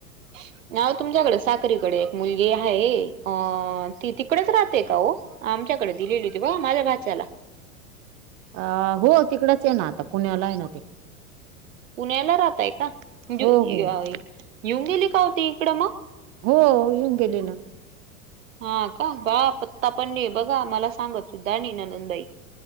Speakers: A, on the right; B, on the right.
A: ह ना तुमच्याकडे साकरीकडे एक मुलगी आहे अ ती तिकडेच राहते का हो आमच्याकडे दिलेली होती ब माझ्या भाात्याला
B: अ हो तिकडच आहे ना आता पुण्याला आहे ना ते
A: पुण्याला राहताय का येिऊन
B: हो हो
A: गेली का होती इकडं मग
B: हो येऊन गेले ना
A: हा का बा पत्ता पणणे बघा मला सांगत सुद्धा आणि ननंदबाई